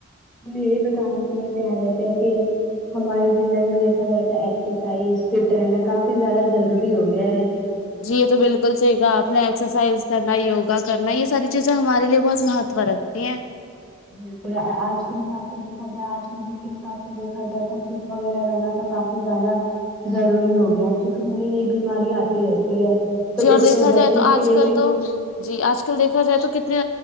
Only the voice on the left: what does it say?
جی یہ تو بالکل صحیح کہا آپ نے ایکسرسائز کرنا یوگا کرنا رکھتی ہیں
جی اور
دیکھا
جائے تو آج
کل
تو جی آج کل دیکھا جائے تو کتنے